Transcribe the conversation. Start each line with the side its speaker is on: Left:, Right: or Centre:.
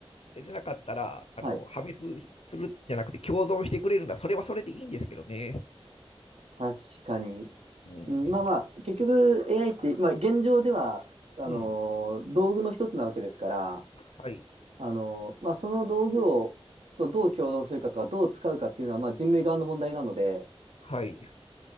Left: なかったら、あの、
Right: はい。
Left: 破滅するじゃなくて共存してくれるなら、それはそれでいいんですけどね。
Right: 確かに。
Left: うん。
Right: うんまあまあ、結局 AI って、まあ、現状ではあのー道具の一つなわけですから、
Left: うん。はい。
Right: あの、まあ、その道具を、とどう共存するかとか、どう使うかっていうのは、まあ、人類側の問題なので、
Left: はい。